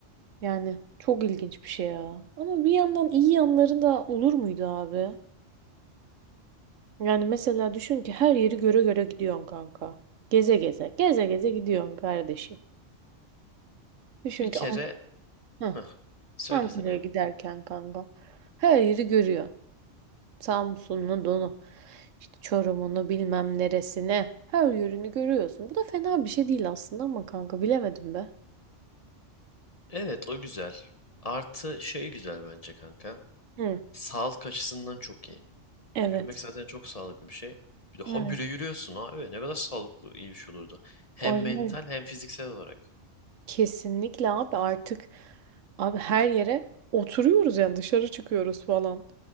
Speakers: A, on the right; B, on the left.
A: Yani çok ilginç bir şey ya. Ama bir yandan iyi yanları da olur muydu abi? Yani mesela düşün ki her yeri göre göre gidiyorsun kanka. Geze geze. Geze geze gidiyorsun kardeşim. Düşün
B: Bir kere
A: ki An- Heh,
B: heh, söylesene
A: Ankara'ya
B: abi.
A: giderken kanka. Her yeri görüyor. Samsun'u, donu, işte Çorum'unu bilmem neresine. Her yönünü görüyorsun. Bu da fena bir şey değil aslında ama kanka bilemedim be.
B: Evet o güzel. Artı şey güzel bence kanka.
A: Hı.
B: Sağlık açısından çok iyi.
A: Evet.
B: Yürümek zaten çok sağlıklı bir şey. Bir de habire
A: Evet.
B: yürüyorsun abi. Ne kadar sağlıklı iyi bir şey olurdu. Hem
A: Orijinal.
B: mental hem fiziksel olarak.
A: Kesinlikle abi artık abi her yere oturuyoruz yani dışarı çıkıyoruz falan.